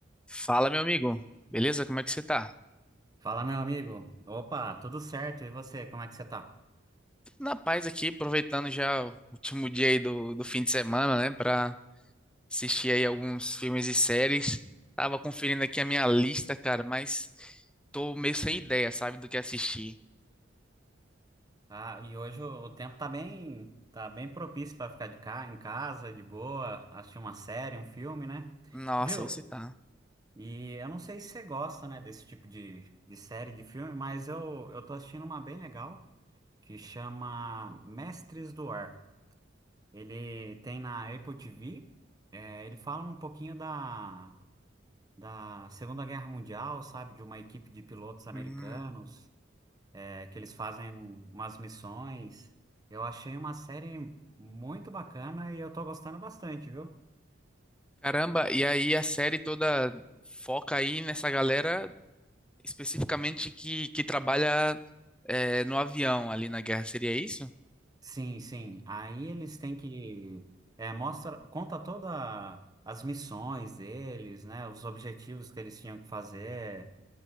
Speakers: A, in the centre; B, on the right (about 20°).
A: Fala, meu amigo. Beleza? Como é que você tá?
B: Fala, meu amigo. Opa, tudo certo? E você, como é que você tá?
A: Tudo na paz aqui, aproveitando já o último dia aí do, do fim de semana, né? Pra assistir aí alguns filmes e séries. Tava conferindo aqui a minha lista, cara, mas tô meio sem ideia, sabe, do que assistir.
B: Ah, e hoje o, o tempo tá bem, tá bem propício para ficar de ca, em casa, de boa, assistir uma série, um filme, né?
A: Nossa,
B: Viu?
A: você tá.
B: E eu não sei se você gosta, né, desse tipo de, de série, de filme, mas eu, eu tô assistindo uma bem legal que chama Mestres do Ar. Ele tem na Apple TV, é, ele fala um pouquinho da, da Segunda Guerra Mundial, sabe? De uma equipe de pilotos americanos
A: Hum.
B: É que eles fazem umas missões. Eu achei uma série muito bacana e eu tô gostando bastante, viu?
A: Caramba, e aí a série toda foca aí nessa galera especificamente que, que trabalha eh, no avião ali na guerra, seria isso?
B: Sim, sim. Aí eles têm que é, mostra, conta toda as missões deles, né? Os objetivos que eles tinham que fazer.